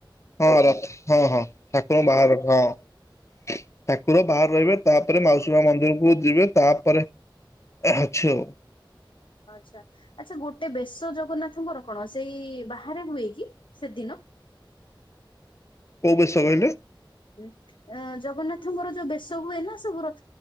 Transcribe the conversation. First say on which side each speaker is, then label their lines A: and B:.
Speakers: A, on the left (about 35°); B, on the left (about 75°).
A: ହଁ ରଥ ହଁ ହଁ। ଠାକୁର ବାହାରେ ରଖ ହଁ ଠାକୁର
B: ଓହୋ
A: ବାହାରେ ରହିବେ
B: ହୋ
A: ତା ତାରେ ମାଉସୀ ମା ମନ୍ଦିରକୁ ଯିବେ ତାପରେ ଆଛ
B: ଆଚ୍ଛା ଆଚ୍ଛା ଗୋଟେ ବେଶ ଜଗନ୍ନାଥଙ୍କର କଣ ସେଇ ବାହାରେ ହୁଏ କି ସେଦିନ?
A: କୋଉ ବେଶ କହିଲେ?
B: ଏଁ ଜଗନ୍ନାଥଙ୍କର ଯୋଉ ବେଶ ହୁଏ ନା ସବୁ ର